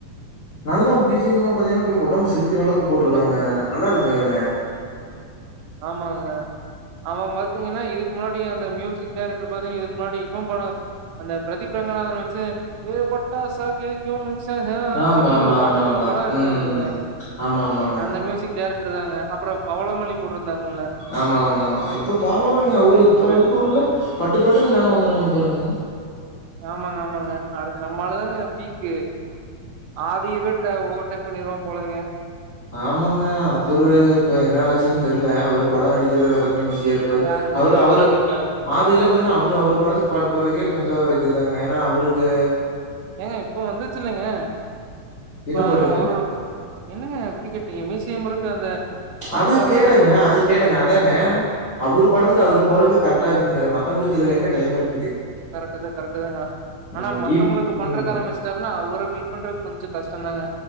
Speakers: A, on the left; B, on the right.
A: நல்ல பி ஜி எம் லா பாத்தீங்னா அப்டே ஒடம்பு சிலு க்கறளவுக்கு போட்ருக்காங்க
B: சொல்லுங்க
A: நல்லா இருக்குங்க
B: ஆமாங்க அவ பாத்தீங்கன்னா இதுக் முன்னாடி அந்த மியூசிக் டேரக்டர் பாத்தீங்கனா இதுக் முன்னாடி இவ படோ அந்த பிரதீப் ரங்கநாதன் வச்சு ஏ பட்டாசா கேக்கு சஹ
A: ஆமா
B: அப்டின்
A: ஆமா
B: ஒரு பாட்டு
A: ஆமா
B: ப
A: ஆமா
B: படோ எடுத்தாங்கில்லங்க
A: ம் ஆமா ஆமாங்க
B: அந்த மியூசிக் டேரக் ட்ருக்காங்க அப்றோ பவளமல்லி போட்ருந்தாங்கல்ல
A: ஆமா ஆமா ஆமா இப்ப பரவால்லங்க அவுரு இப்ப
B: இப்பரு
A: இருக்கவுங்கல்ல பட்டுப்பட்டுனு மேல வந்துட்றாங்க பாருங்க
B: ஆமாங்க ஆமாங்க அடுத்து நம்மாளு தாங்க பீக்கு ஆதியவே ட்ர ஓவர்டேக் பண்ணீர்வா போலங்க
A: ஆமாங்க அவுரு இப்ப என்ன ஆச்சுன் தெர்ல அவரு படோ நடிக்கறதுல பாத் தனா பிசியா இருப்பாரு
B: யாருங்க
A: அவரு அவரு
B: ஆதிங்களா
A: ஆதில்லா பாத்தினா அவுரு அவுரு படத்துக்கு பாட்டு பாட்றக்கே கொஞ்சோ இதுதாங்க ஏனா அவுருக்கு
B: ஏங்க இப்போ வந்துர்ச்சில்லைங்க
A: என்ன
B: ப்ப
A: பாட்டுங்க?
B: அவுரோட என்னங்க இப்டி கேட் டீங்க மீசைய முறுக்கு அந்த
A: அது
B: ஆறா
A: கேட்டங்க
B: பத்துக்கு
A: அது
B: பத்து
A: கேட்டங்க அதாங்க அவுரு படத்துக்கு அவுரு போட்றக்கே கரக்ட்டா இருக் ங்கற மத்தவங்களுக்கு இதுல எங்க டைம் இருக்
B: கரக்ட்டு தா கரக்ட்டு தாங்க
A: ம்
B: ஆனா மத்தவங்களுக்கு
A: இவ்
B: பண்றக்கு
A: ம்.
B: ஆரம்மிஸ்ட்டார்ன்னா அவுர பீட் பண்ற கொஞ்சோ கஷ்டந்தாங்க